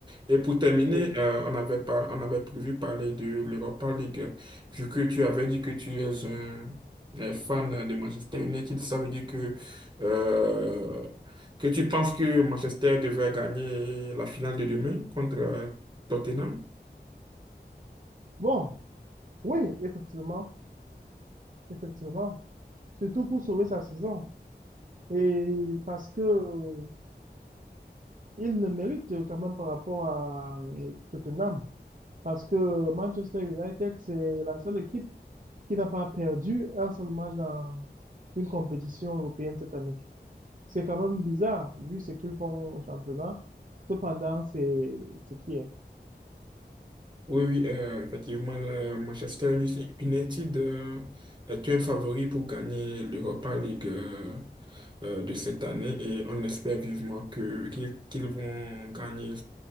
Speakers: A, on the right (about 25°); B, on the right (about 45°).
A: Et pour terminer,
B: Oui.
A: euh, on avait par- on avait prévu parler de l'Europa League, vu que tu avais dit que tu es un, un fan de Manchester United, ça veut dire que, euh, que tu penses que Manchester devrait gagner la finale de demain contre euh, Tottenham?
B: Bon, oui, effectivement. Effectivement. Surtout pour sauver sa saison. Et parce que euh, il le mérite quand même par rapport à euh, Tottenham. Parce que Manchester United, c'est la seule équipe qui n'a pas perdu un seul match dans une compétition européenne cette année. C'est quand même bizarre, vu ce qu'ils font au championnat. Cependant, c'est ce qui est.
A: Oui, oui, euh, effectivement, le Manchester United euh, est un favori pour gagner l'Europa League euh, euh, de cette année et on espère vivement que qu'ils qu'ils vont gagner